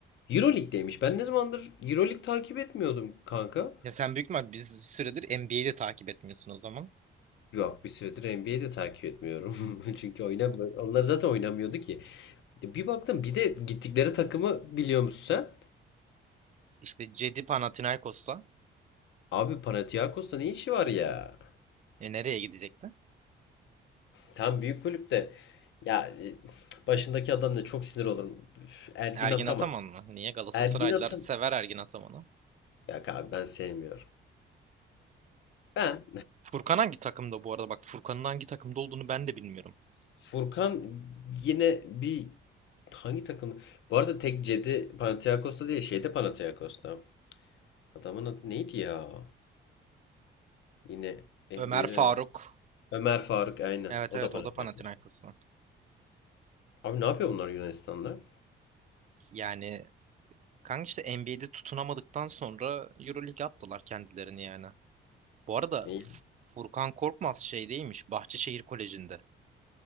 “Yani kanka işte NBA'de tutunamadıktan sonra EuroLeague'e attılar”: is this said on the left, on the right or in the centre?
Right